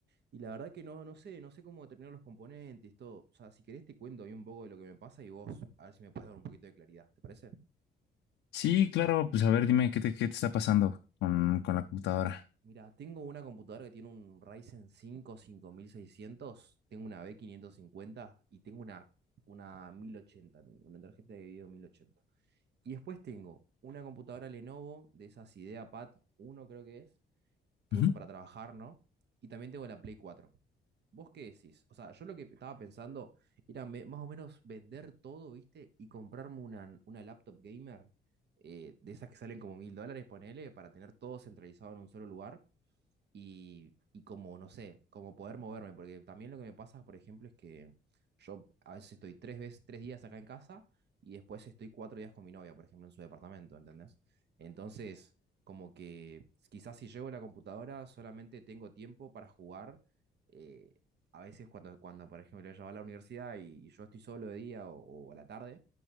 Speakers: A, on the right (about 60°); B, on the left (about 80°).
A: y la verdad que no, no sé, no sé cómo determinar los componentes, todo. O sea, si querés te cuento ahí un poco de lo que me pasa y vos a ver si me puedes dar un poquito de claridad, ¿te parece?
B: Sí, claro, pues a ver, dime qué te, qué te está pasando con, con la computadora.
A: Mira, tengo una computadora que tiene un Ryzen cinco cinco mil seiscientos, tengo una b quinientos cincuenta y tengo una, una 1080, tengo una tarjeta de video mil ochenta? Y después tengo una computadora Lenovo de esas IdeaPad uno creo que es, que
B: Ujú.
A: uso para trabajar, ¿no? Y también tengo la Play 4. ¿Vos qué decís? O sea, yo lo que estaba pensando era me- más o menos vender todo, ¿viste? Y comprarme una, una laptop gamer, eh, de esas que salen como mil dólares, ponele, para tener todo centralizado en un solo lugar y, y como, no sé, como poder moverme, porque también lo que me pasa, por ejemplo, es que yo a veces estoy tres veces, tres días acá en casa y después estoy cuatro días con mi novia, por ejemplo, en su departamento, ¿entendés? Entonces, como que quizás si llevo la computadora solamente tengo tiempo para jugar. eh, a veces cuando, cuando, por ejemplo, ella va a la universidad y, y yo estoy solo de día o, o a la tarde,